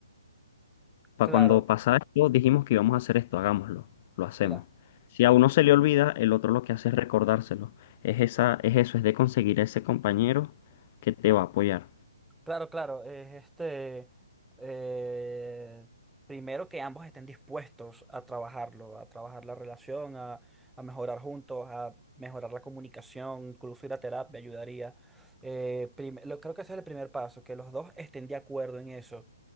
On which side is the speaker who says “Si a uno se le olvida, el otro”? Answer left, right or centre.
Left